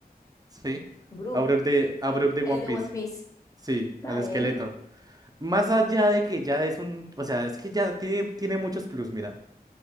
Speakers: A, on the right; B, on the left.
A: ¿sí?
B: Brook,
A: A Brook de, a Brook de One
B: el de
A: Piece,
B: One Piece.
A: sí,
B: Está
A: al
B: bien.
A: esqueleto. Más allá de que ya es un, o sea, es que ya tiene, tiene muchos plus, mira.